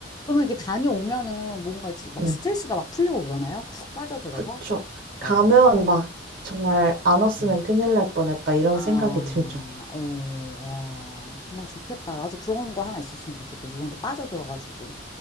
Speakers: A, on the left; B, on the right.
A: 그러면 이게 다녀오면은 뭔가 이제 막
B: 네.
A: 스트레스가 막 풀리고 그러나요? 훅 빠져들어서?
B: 그쵸. 가면
A: 어.
B: 막 정말 안 왔으면
A: 음.
B: 큰일 날 뻔했다, 이런
A: 아,
B: 생각이 들죠.
A: 어, 어, 뭐 좋겠다. 나도 그런 거 하나 있었으면 좋겠다. 누구한테 빠져들어가지고.